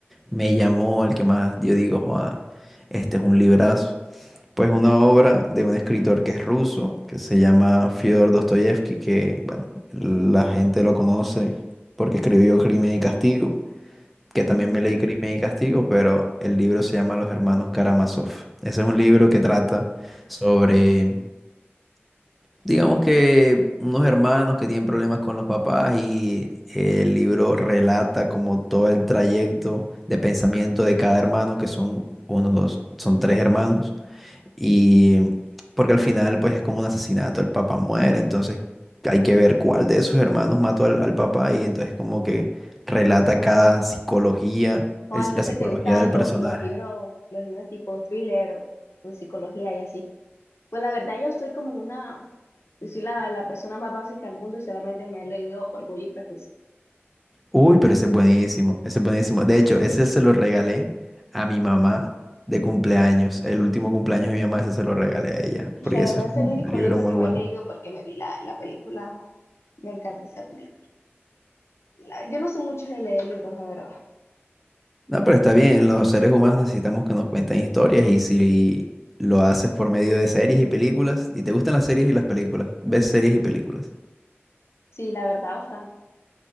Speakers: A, in the centre; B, on the left.
A: me llamó, el que más yo digo, "Joa, este es un librazo. Pues una obra de un escritor que es ruso, que se llama Fyodor Dostoyevsky, que bueno, la gente lo conoce porque escribió Crimen y Castigo, que también
B: Ujú.
A: me leí Crimen y Castigo, pero el libro se llama Los Hermanos Karamazov. Ese es un libro que trata sobre Digamos que unos hermanos que tienen problemas con los papás y el libro relata como todo el trayecto de pensamiento de cada hermano, que son uno, dos, son tres hermanos. Y porque al final pues es como un asesinato, el papá muere, entonces hay que ver cuál de esos hermanos mató al, al papá y entonces como que relata cada psicología,
B: O
A: el-
B: entonces
A: la psicología
B: te gustaban
A: del
B: lo-
A: personaje.
B: los libros, los libros tipo thriller o psicología y así. Pues la verdad yo soy como una, yo soy la, la persona más básica del mundo y solamente me he leído Orgullo y Prejuicio.
A: Uy, pero ese es buenísimo, ese es buenísimo. De hecho, ese se lo regalé a mi mamá de cumpleaños. El último cumpleaños de mi mamá, ese se lo regalé a ella,
B: <laughs>
A: porque
B: La verdad
A: ese es
B: es
A: un
B: el único
A: libro
B: libro
A: muy
B: que
A: bueno.
B: me he leído porque me vi la, la película, ¿no? me encanta esa película. La- yo no sé mucho de leer libros, la verdad.
A: No, pero está bien, los seres humanos necesitamos que nos cuenten historias y si lo haces por medio de series y películas, y te gustan las series y las películas, ves series y películas.
B: Sí, la verdad bastante.